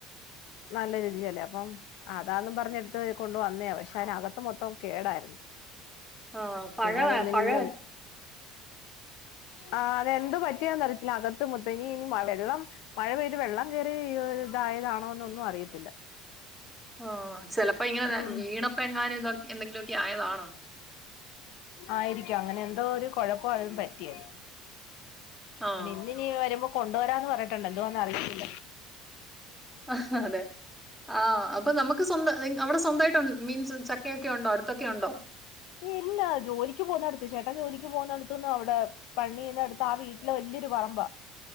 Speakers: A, on the left; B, in the centre.
A: നല്ല രുചിയല്ലേ അപ്പം അതാന്നും പറഞ്ഞെട്ത്ത് കൊണ്ട് വന്നയാ പശ്ശെ അതിനകത്ത് മൊത്തം കേടാര്ന്നു
B: ആ പഴ
A: പിന്നാതൊന്നിനുഞ്യൊത്
B: പഴം
A: ആഹ് അതെന്ത് പറ്റിയാന്ന് അറിയത്തില്ല അകത്ത് മൊത്തം ഇനി ഇനി മവെള്ളം മഴ പെയ്ത് വെള്ളം കേറി യൊര് ഇതായതാണോ ന്നൊന്നും അറിയത്തില്ല.
B: ആഹ് ചെലപ്പോ ഇങ്ങനെ
A: ഉം
B: വീണപ്പ എങ്ങാനും ഇതൊ എന്തെങ്കിലൊക്കെ ആയതാണോ?
A: ആയിരിക്കാം അങ്ങനെ എന്തോ ഒരു കൊഴപ്പം അതും പറ്റിയത്
B: ആഹ്
A: പിന്നെ ഇന്നി നി വരുമ്പോ കൊണ്ടുവരാന്ന് പറഞ്ഞിട്ടുണ്ട് എന്തുവാന്ന് അറിയത്തില്ല.
B: ആഹ് അതെ ആഹ് അപ്പൊ നമുക്ക് സ്വന്തം അവിടെ സ്വന്തായിട്ടു മീൻസ് ചക്കയൊക്കെ യുണ്ടോ അടുത്തൊക്കെ യുണ്ടോ
A: ഇല്ല ജോലിക്ക് പോകുന്നെടത്ത് ചേട്ടൻ ജോലിക്ക് പോകുന്നെടത്തൊന്നും അവിടെ പണിയ്ന്നട്ത്ത് ആ വീട്ടിലെ വലിയൊരു പറമ്പാ